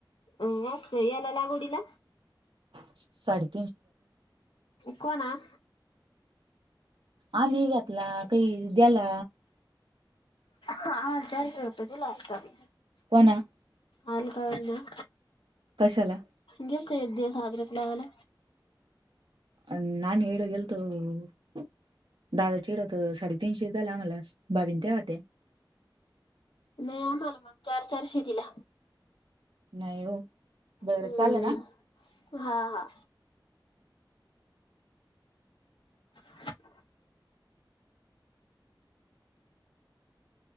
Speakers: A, on the left; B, on the right.
A: अ वातय येला लागोडीला.
B: साडी
A: को ना??
B: आम्ही घातला काही द्याला
A: हा जास्वरपजला असतव <unintelligible>
B: कोणा?
A: आल का ना.
B: कशाला?
A: गेलतो एक दिवस आद्रक लावायला.
B: अ नाम हड गेल्तो <unintelligible> दादा चिड तर साडेतीनशे झाला आमला भाभी आणि त्या होत्या
A: नाही आम्हाला मग चार चारशे दिला.
B: नाही हो बरं
A: हम्म
B: चालेल ना
A: हा हा.. <inaudible>